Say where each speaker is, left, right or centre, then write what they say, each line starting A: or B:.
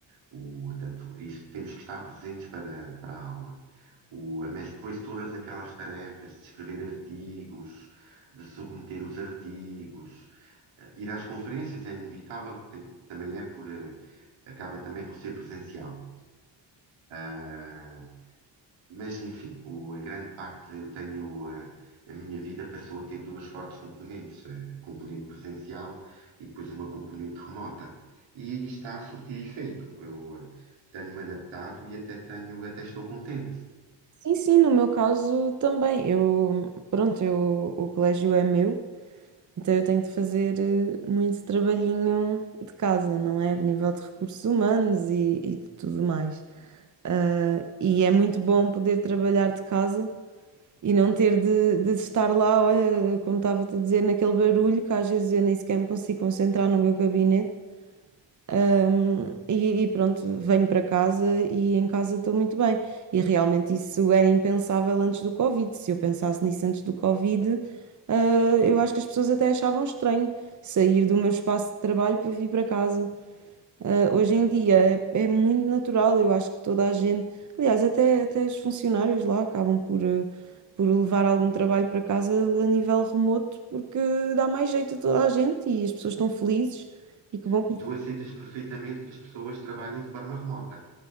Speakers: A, on the right; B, on the right.
A: O, portanto, isso temos que estar presentes para, para a aula. O, mas depois todas aquelas tarefas de escrever artigos, de submeter os artigos, eh, Ir às conferências é inevitável, que tem- também é por, eh, acaba também por ser presencial. Ah, mas, enfim, o- a grande parte eu tenho, ah, a minha vida passou a ter duas fortes componentes, eh, a componente presencial e depois uma componente remota. E está a surtir efeito. Eu ah, tenho-me adaptado e até tenho, até estou contente.
B: Sim, sim, no meu caso também. Eu, pronto, eu, o colégio é meu, então eu tenho de fazer eh, muito trabalhinho de casa, não é? A nível de recursos humanos e, e de tudo mais. Ah, e é muito bom poder trabalhar de casa e não ter de, de estar lá, olha, como estava-te a dizer, naquele barulho que às vezes eu nem sequer me consigo concentrar no meu gabinete. Ahm, e, e pronto, venho para casa e em casa estou muito bem. E realmente isso era impensável antes do Covid. Se eu pensasse nisso antes do Covid, ah, eu acho que as pessoas até achavam estranho sair do meu espaço de trabalho para vir para casa. Ah, hoje em dia é, é muito natural, eu acho que toda a gente, aliás, até, até os funcionários lá acabam por, ah, por levar algum trabalho para casa a nível remoto, porque dá mais jeito a toda a gente e as pessoas estão felizes e que bom que
A: E tu aceitas perfeitamente que as pessoas trabalhem de forma remota.